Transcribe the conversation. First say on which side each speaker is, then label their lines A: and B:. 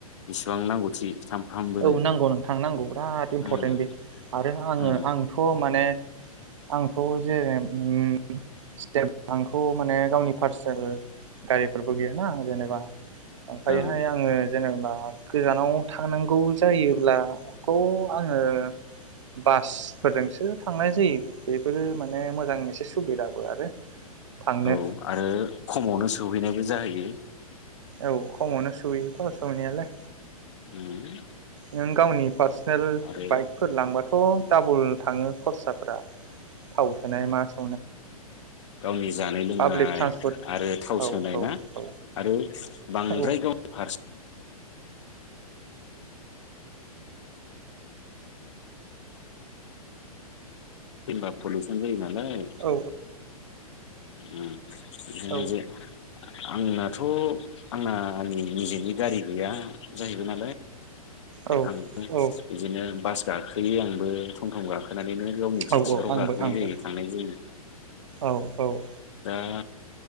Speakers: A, on the left; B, on the right.
A: बेसेबां नांगौथि सानफ्रामबोनो
B: औ नांगौ नोंथां नांगौ बिराद इम्परटेन्ट
A: उम
B: बे आरो आङो
A: उम
B: आंथ' माने आंथ' जेने <unintelligible> माने गावनि पार्सनेल गारिफोरबो गैयाना जेनेबा ओमफ्रायहाय
A: ओं
B: आङो जेनेबा गोजानाव थांनां गौ जायोब्लाथ' आङो बासफोरजोंसो थांनाय जायो बेफोरो माने मोजां एसे सुबिदाबो आरो थांनो
A: औ आरो खमावनो सहैनायबो जाहोयो
B: औ खमावनो सहैयोथ' सौहैनायालाय
A: उम
B: नों गावनि पार्सनेल
A: आरो
B: बाइकफोर लांबा थ' डाबल थाङो खरसाफ्रा थाव सोनाय मा सो
A: गावनि जानाय लोंनाय
B: पाब्लिक ट्रान्सपर्ट
A: आरो थाव
B: औ
A: सोनाय ना
B: औ
A: आरो बांद्राय
B: औ
A: गावनि फारसे जेनबा पलुसन जायोना लाय।
B: औ
A: उम। बिदिनो
B: औ
A: बे आंनाथ' आंना आंनि निजेनि गारि गैया जाहैबाय नालाय
B: औ
A: आं <unintelligible>
B: औ
A: बिदिनो बास गाखोयो आंबो टम टम गाखोनानैनो गावनि
B: औ
A: डिउथिफ्राव
B: आंबो
A: गाखोनाय
B: आंबो
A: जायो थांनाय जायो।
B: औ औ।
A: दा